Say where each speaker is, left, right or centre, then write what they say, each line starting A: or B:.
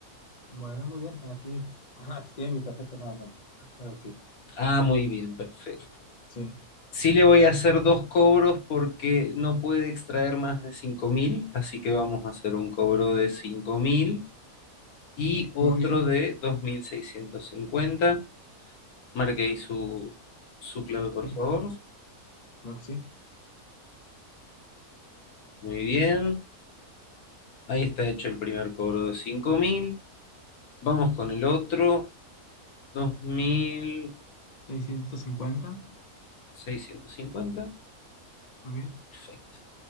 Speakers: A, on the left; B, on the left.
A: Bueno, muy bien. Aquí, <laughs> ajá, aquí tiene mi tarjeta nuevamente. Para que,
B: Ah, muy bien, perfecto.
A: sí.
B: Sí le voy a hacer dos cobros porque no puede extraer más de 5.000 así que vamos a hacer un cobro de 5.000 y otro
A: Muy bien.
B: de dos mil seiscientos cincuenta Marque ahí su, su clave, por
A: Mm,
B: favor.
A: Creo que sí.
B: Muy bien. Ahí está hecho el primer cobro de 5.000. Vamos con el otro, dos mil
A: seiscientos cincuenta
B: seiscientos cincuenta.
A: Muy bien.
B: Perfecto.